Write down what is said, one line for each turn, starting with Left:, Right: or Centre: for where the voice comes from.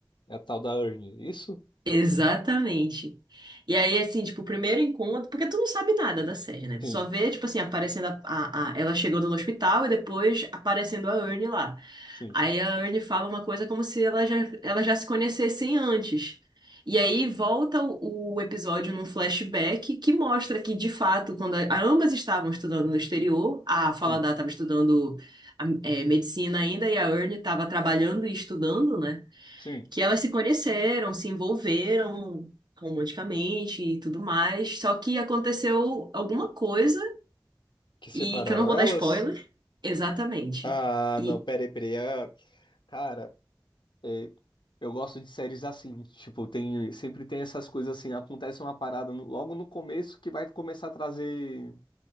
Left: é a tal da Ernie, é isso?
Right: Exatamente. E aí, assim, tipo, o primeiro encontro, porque tu não sabe nada da série, né? Tu
Left: Sim,
Right: só vê, tipo assim, aparecendo a, a- a- ela chegando no hospital e depois aparecendo a Ernie lá.
Left: sim,
Right: Aí a Ernie fala uma coisa como se ela já, ela já se conhecessem antes. E aí volta o, o episódio num flashback que mostra que, de fato, quando a, ambas estavam estudando no exterior, a Faladar
Left: sim,
Right: estava estudando a- é, medicina ainda e a Ernie estava trabalhando e estudando, né?
Left: sim.
Right: que elas se conheceram, se envolveram romanticamente e tudo mais. Só que aconteceu alguma coisa
Left: Que separaram
Right: e que eu não vou
Left: elas?
Right: dar spoiler. Exatamente.
Left: Ah,
Right: E
Left: não, peraí, peraí. Ah, cara. É, eu gosto de séries assim, tipo, tem, sempre tem essas coisas assim, acontece uma parada no- logo no começo que vai começar a trazer